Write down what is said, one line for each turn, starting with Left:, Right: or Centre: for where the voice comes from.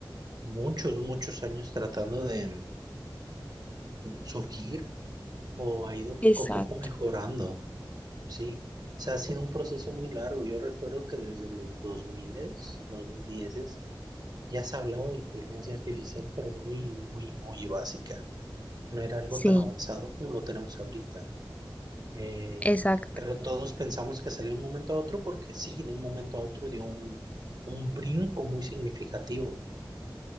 Right: muchos, muchos años tratando de surgir o ha ido poco
Left: Exacto.
Right: a poco mejorando, ¿sí? O sea, ha sido un proceso muy largo. Yo recuerdo que desde los 2000, 2010, ya se hablaba de inteligencia artificial, pero muy, muy, muy básica. No era algo
Left: Sí,
Right: tan avanzado como lo tenemos ahorita. Eh,
Left: exacto.
Right: pero todos pensamos que salió de un momento a otro porque sí, de un momento a otro dio un, un brinco muy significativo.